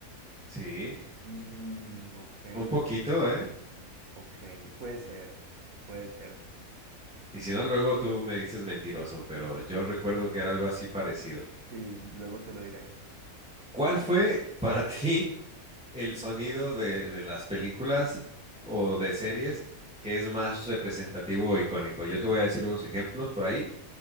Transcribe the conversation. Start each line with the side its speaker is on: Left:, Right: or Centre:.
Centre: Sí,
Right: Mm, ok,
Centre: un
Right: no,
Centre: poquito,
Right: s-
Centre: ¿eh?
Right: ok, puede ser, puede ser,
Centre: Y si no, luego tú me dices mentiroso, pero yo recuerdo que era algo así parecido.
Right: sí, luego te lo diré.
Centre: ¿Cuál fue para <laughs> ti el sonido de, de las películas o de series que es más representativo o icónico? Yo te voy a decir unos ejemplos por ahí